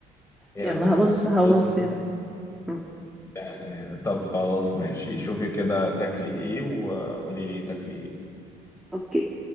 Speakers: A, on the left; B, in the centre.
A: يلا
B: يلا
A: بينا
B: هبص هبص
A: بص
B: بقى مم.
A: يعني طب خلاص ماشي شوفي كده تاكلي ايه وقولي لي تاكلي ايه
B: اوكي